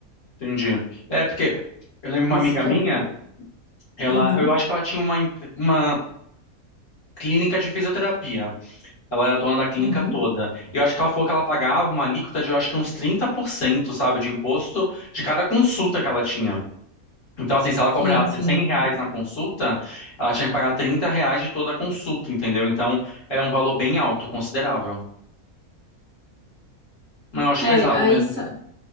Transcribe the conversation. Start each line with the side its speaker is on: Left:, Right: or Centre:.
Left: Entendi. É, porque eu lembro uma
Right: Esse
Left: amiga
Right: que
Left: minha,
Right: é o.
Left: ela,
Right: Uhum,
Left: eu acho que ela tinha uma, empre- uma clínica de fisioterapia. Ela era dona da clínica
Right: uhum.
Left: toda. E eu acho que ela falou que ela pagava uma alíquota de, eu acho que uns trinta por cento sabe, de imposto de cada consulta que ela tinha. Então, assim, se ela
Right: Sim,
Left: cobrasse
Right: sim.
Left: 100 reais na consulta, ela tinha que pagar 30 reais de toda a consulta, entendeu? Então, era um valor bem alto, considerável. Mas eu acho
Right: É,
Left: pesado
Right: é aí,
Left: mesmo.
Right: só-